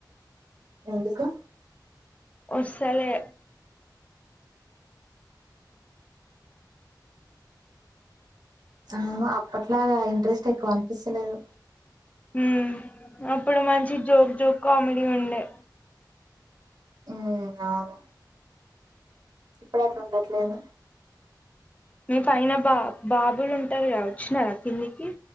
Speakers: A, on the right; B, on the left.
A: ఎందుకు
B: వస్సలే
A: అహా అప్పట్లాగా ఇంట్రెస్ట్ ఎక్కువ అనిపిస్సలేదు
B: హ్మ్ అప్పుడు మంచి జోక్ జోక్ కామెడీ ఉండే
A: ఉమ్ అవును ఇప్పుడు అట్లా ఉండట్లేను
B: మీ పైన బా బాబులు ఉంటారు కద వచ్చినారా కిందికి